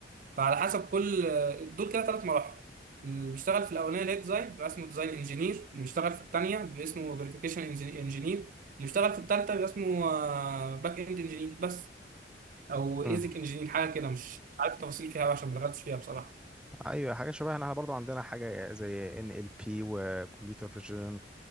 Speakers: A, on the right; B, in the centre.
A: فعلى حسب كل آه، دول كده ثلاث مراحل اللي بيشتغل في الاولانيه اللي هي ديزاين بيبقى اسمه ديزاين انجينير اللي بيشتغل في الثانيه بيبقى اسمه فيريفيكيشن انجينير اللي بيشتغل في الثالثه بيبقى اسمه باك اند انجينير بس او ايزك
B: اه
A: انجينير حاجه كده مش عارف التفاصيل فيها أوي عشان ما دخلتش فيها بصراحه
B: ايوه حاجه شبهنا احنا برضو عندنا حاجه زي ان ال بي وكمبيوتر فيجن